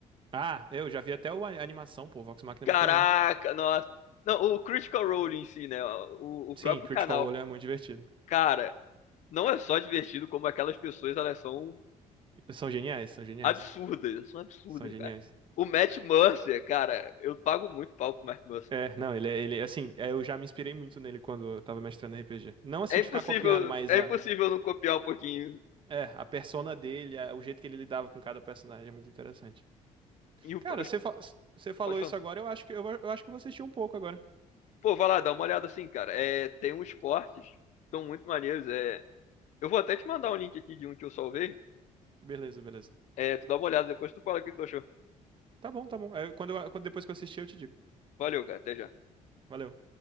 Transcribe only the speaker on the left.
Caraca,
nossa. Não, o Critical Role em si, né? O, o
próprio
canal.
Cara, não é só divertido, como aquelas pessoas, elas são
absurdas. Elas são absurdas,
cara. O Matt Mercer, cara, eu pago muito pau pro Matt Mercer.
É impossível,
é
impossível não copiar um pouquinho.
E o,
pro-
pode falar.
Pô, vai lá, dá uma olhada assim, cara. É, tem uns cortes, são muito maneiros. É, eu vou até te mandar um link aqui de um que eu salvei.
É, tu dá uma olhada, depois tu fala o que tu achou.
Valeu, cara, até já.